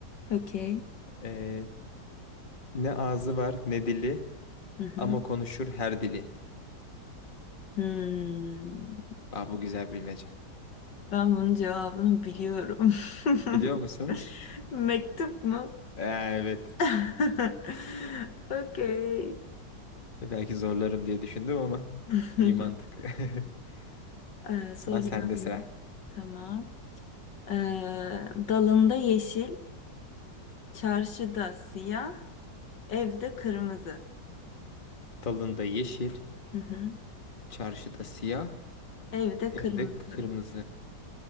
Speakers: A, on the left (about 80°); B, on the left (about 30°).
A: Okey.
B: Ee, ne ağzı var ne dili
A: Hı hı.
B: ama konuşur her dili.
A: Hmm,
B: Aa, bu güzel bilmece.
A: Ben bunun cevabını biliyorum.
B: Biliyor
A: <laughs>
B: musun?
A: Mektup mu?
B: Ee, evet.
A: <laughs> Okey.
B: Ee, Belki zorlarım diye düşündüm ama
A: <laughs>
B: iyi mantık. <laughs>
A: Ee, soruyorum.
B: O zaman sende sıra.
A: Tamam. Ee, dalında yeşil, çarşıda siyah, evde kırmızı.
B: Dalında yeşil,
A: Hı hı.
B: çarşıda siyah,
A: Evde
B: evde
A: kırmızı.
B: kırmızı.